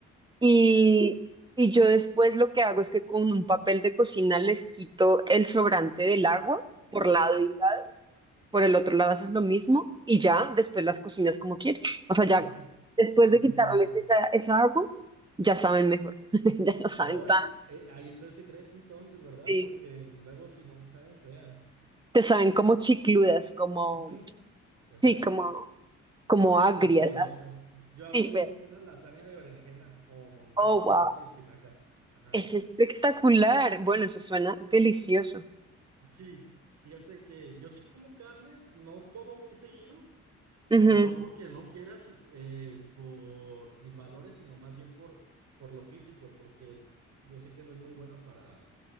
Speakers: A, on the right; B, on the right.
A: Y,
B: ¿Y luego?
A: y yo después lo que hago es que con un papel de cocina les quito el sobrante del agua
B: Ok.
A: por lado y lado. Por el otro lado haces lo mismo y ya después las cocinas como quieres. O
B: Mm,
A: sea, ya
B: sí.
A: después de quitarles esa, esa agua, ya saben mejor. <laughs> Ya no saben
B: Hoy,
A: tan.
B: ahí está el secreto entonces, ¿verdad?
A: sí.
B: Porque luego si no, saben feas.
A: Te saben como chicludas, como,
B: Ujú, Exacto.
A: sí, como, como agrias.
B: Como chiclosas.
A: Así,
B: Yo hago un-
A: pero,
B: una lasaña de berenjena con queso
A: oh,
B: ricota
A: wow.
B: y espinacas. Ajá.
A: Es espectacular. Bueno, eso suena delicioso.
B: Sí, fíjate que yo sí como carne, no como muy seguido.
A: Ujú.
B: No porque no quiera, si- eh, por mis valores, sino más bien por, por lo físico, porque yo sé que no es muy buena para...